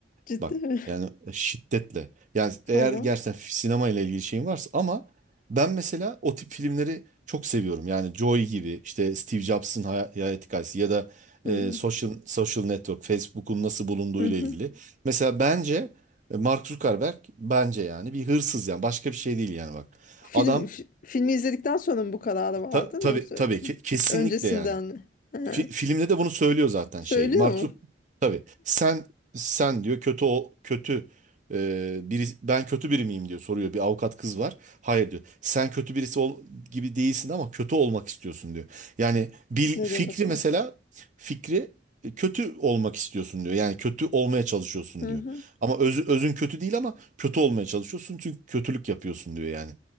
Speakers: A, on the left; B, on the right.
A: Ciddi
B: Bak
A: mi?
B: yani şiddetle. Yani
A: <laughs> Tamam.
B: eğer gerçekten sinema ile ilgili şeyin varsa ama ben mesela o tip filmleri çok seviyorum. Yani Joy gibi işte Steve Jobs'ın hay- hayat hikayesi ya da
A: Hı
B: e, Social Social Network, Facebook'un nasıl bulunduğu
A: hı. hı.
B: ile ilgili. Mesela bence e, Mark Zuckerberg bence yani bir hırsız yani başka bir şey değil yani bak.
A: Film
B: Adam
A: fi- filmi izledikten sonra mı bu kararı vardın
B: ta- tabii
A: yoksa ö-
B: tabii ki kesinlikle
A: öncesinden
B: yani.
A: mi? Hı.
B: Fi- filmde de bunu söylüyor zaten
A: Söylüyor
B: şey. Mark
A: mu?
B: Zuck- tabii sen sen diyor kötü o kötü e, biri ben kötü biri miyim diyor soruyor. Bir avukat kız var. Hayır diyor. Sen kötü birisi ol, gibi değilsin ama kötü olmak istiyorsun diyor. Yani bil,
A: Ne
B: fikri
A: demek o?
B: mesela fikri e, kötü olmak istiyorsun diyor. Yani kötü olmaya çalışıyorsun
A: Hı
B: diyor.
A: hı.
B: Ama öz, özün kötü değil ama kötü olmaya çalışıyorsun çünkü kötülük yapıyorsun diyor yani.